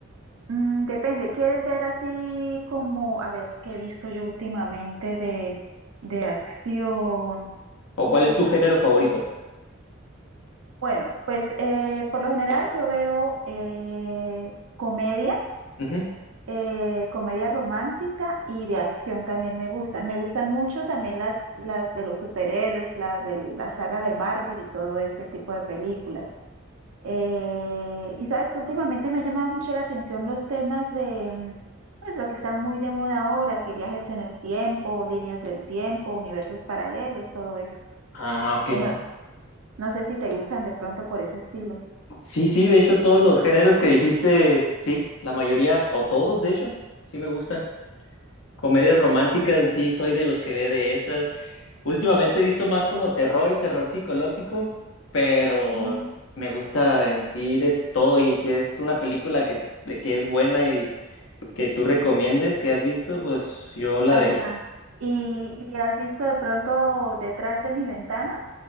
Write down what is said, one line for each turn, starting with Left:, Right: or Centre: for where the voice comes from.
Right: mm, depende. ¿Quieres ver así como, a ver, qué he visto yo últimamente de, de acción?
Left: ¿O
Right: Mm,
Left: cuál es tu género favorito?
Right: Bueno, pues eh, por lo general yo veo eh, comedia.
Left: Ujú.
Right: eh, comedia romántica y de acción también me gustan. Me gustan mucho también las, las de los superhéroes, las de la saga de Marvel y todo ese tipo de películas. Eh, y sabes que últimamente me ha llamado mucho la atención los temas de, mm, pues lo que está muy de moda ahora, que viajes en el tiempo, líneas del tiempo, universos paralelos, todo eso.
Left: Ah, ok,
Right: Eh, No,
Left: no.
Right: no sé si te gustan de pronto por ese estilo.
Left: Sí, sí, de hecho todos los géneros que dijiste, sí, la mayoría, o todos de hecho, sí me gustan. Comedias románticas, sí, soy de los que ve de esas. Últimamente he visto más como terror y terror psicológico, pero
Right: Mm,
Left: me gusta en sí de todo y si es una película que, de que es buena y que tú recomiendes, que has visto, pues yo la
Right: Ajá.
Left: vería.
Right: ¿Y, y has visto de pronto detrás de mi ventana?